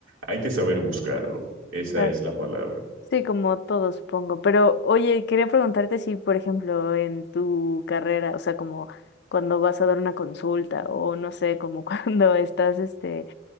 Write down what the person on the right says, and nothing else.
hay que saber buscarlo. Esa
es la palabra.